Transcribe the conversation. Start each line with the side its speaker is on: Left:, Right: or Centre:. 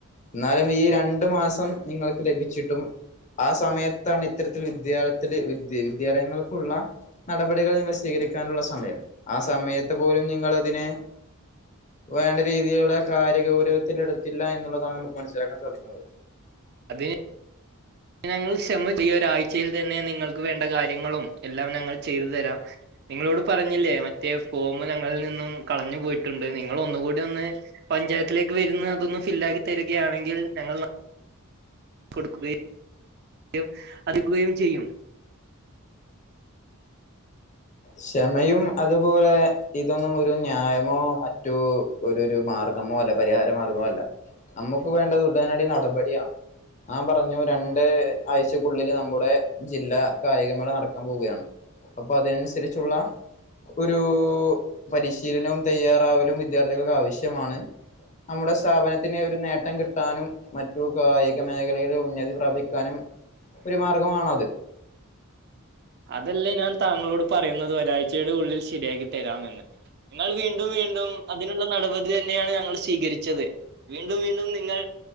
Left: എന്നാലും ഈ രണ്ടു മാസം നിങ്ങൾക്ക് ലഭിച്ചിട്ടും ആ സമയത്താണ് ഇത്തരത്തിൽ വിദ്യാലയത്തില് വിദ്യ വിദ്യാലയങ്ങൾക്കുള്ള നടപടികൾ നിങ്ങൾ സ്വീകരിക്കാനുള്ള സമയം ആ സമയത്ത് പോലും നിങ്ങളതിനെ വേണ്ട രീതിയുടെ കാര്യ ഗൗരവത്തിലെടുത്തില്ല എന്നുള്ളതാണ് നമുക്ക് മനസ്സിലാക്കാൻ സാധിക്കുന്നത്
Right: അതെ ഞങ്ങൾ ക്ഷെമ ചെയ്യുവാ ഈ ഒരാഴ്ച്ചയിൽ തന്നെ നിങ്ങൾക്ക് വേണ്ട കാര്യങ്ങളും എല്ലാം ഞങ്ങൾ ചെയ്തു തരാം നിങ്ങളോട് പറഞ്ഞില്ലേ മറ്റേ ഫോമ് ഞങ്ങളിൽ നിന്നും കളഞ്ഞു പോയിട്ടുണ്ട് നിങ്ങള് ഒന്നുകൂടി ഒന്ന് പഞ്ചായത്തിലേക്ക് വരുന്ന അതൊന്ന് ഫില്ലാക്കി തരുകയാണെങ്കിൽ ഞങ്ങൾ നാ കൊടുക്കുകയും <unintelligible> ചെയ്യും
Left: ക്ഷെമയും അതുപോലെ ഇതൊന്നും ഒരു ന്യായമോ മറ്റൂ ഒരു ഒരു മാർഗ്ഗമോ അല്ല പരിഹാര മാർഗ്ഗമോ അല്ല നമ്മുക്ക് വേണ്ടത് ഉടനടി നടപടിയാണ് അവൻ പറഞ്ഞു രണ്ട് ആഴ്ച്ചക്കുള്ളില് നമ്മുടെ ജില്ലാ കായികമേള നടക്കാൻ പോകയാണ് അപ്പ അതിനനുസരി ച്ചുള്ള ഒരൂ പരിശീലനോം തയ്യാറാവലും വിദ്യാർത്ഥികൾക്ക് ആവശ്യ മാണ് നമ്മുടെ സ്ഥാപനത്തിന് ഒരു നേട്ടം കിട്ടാനും മറ്റു കായിക മേഖലേല് ഉന്നതി പ്രാപിക്കാനും ഒരു മാർഗമാണ് അത്
Right: അതല്ലെ ഞാൻ താങ്കളോട് പറയുന്നത് ഒരാഴ്ച്ചയുടെ ഉള്ളിൽ ശരിയാക്കി തരാമെന്ന് നിങ്ങൾ വീണ്ടും വീണ്ടും അതിനുള്ള നടപടി തന്നെയാണ് ഞങ്ങള് സ്വീകരിച്ചത് വീണ്ടും വീണ്ടും നിങ്ങൾ